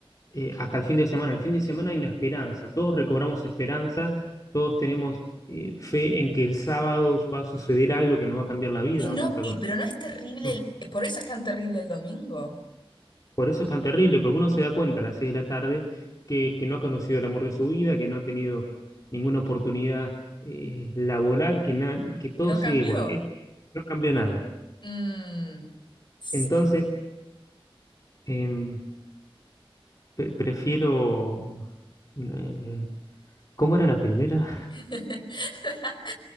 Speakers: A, on the left; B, on the left.
A: eh, hasta el fin de semana. El fin de semana hay una esperanza, todos recobramos esperanza, todos tenemos eh, fe en que el sábado va a suceder algo que nos va a cambiar la vida,
B: Y no,
A: vamos a...
B: y,
A: conocer
B: pero no es terrible,
A: no.
B: el- por eso es tan terrible el domingo,
A: Por eso es tan terrible, porque uno se da cuenta a las seis de la tarde que, que no ha conocido el amor de su vida, que no ha tenido ninguna oportunidad eh, laboral, que, na- que todo
B: que no
A: sigue
B: cambió.
A: igual, Eh, no cambió nada.
B: Mm, sí.
A: Entonces, em, pre- prefiero... eh, ¿cómo era la primera?
B: <laughs>